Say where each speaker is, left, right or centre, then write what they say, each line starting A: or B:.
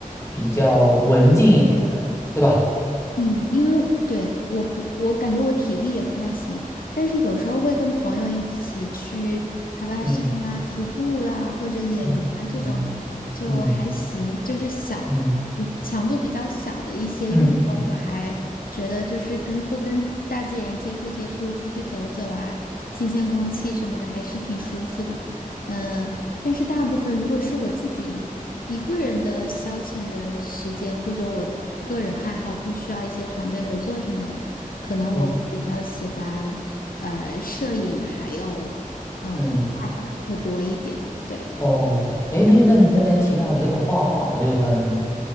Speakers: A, on the left; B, on the left.
A: 比较文静一点的，对吧？
B: 嗯，因为对我不，我感觉我体力也不太行，但是有时候会跟朋友一起去爬爬山啊、
A: 嗯
B: 徒步啦，或者野营啊这种的，
A: 嗯嗯
B: 就还行，
A: 嗯。
B: 就是小，
A: 嗯
B: 比强度比较小的一些运动，
A: 嗯嗯
B: 我还觉得就是跟多跟大自然接触接触，出去走走啊，新鲜空气什么的，还是挺舒服的。嗯、呃但是大部分如果是我自己一一个人的消遣的时间，或者我个人爱好不需要一些团队合作什么的，可能我会比较喜欢呃摄影，
A: 嗯
B: 还有呃画画吧，
A: 嗯，
B: 会多一点。对，
A: 哦，哎，那那你刚才提到的这个画画，
B: 然后
A: 我就很